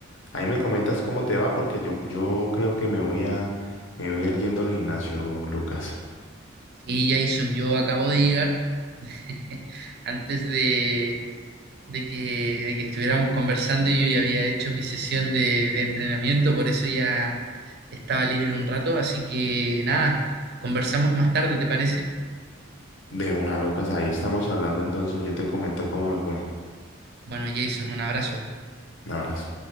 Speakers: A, on the left (about 65°); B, on the right (about 50°).
A: ahí me comentas cómo te va porque yo, yo creo que me voy a, me voy a ir yendo al gimnasio, Lucas.
B: Sí, Jason, yo acabo de llegar. <laughs> Antes de, de que, de que estuviéramos conversando, yo ya había hecho mi sesión de, de entrenamiento, por eso ya estaba libre un rato. Así que nada, conversamos más tarde, ¿te parece?
A: De una, Lucas, ahí estamos hablando entonces. Yo te comento cómo me fue.
B: Bueno, Jason, un abrazo.
A: Un abrazo.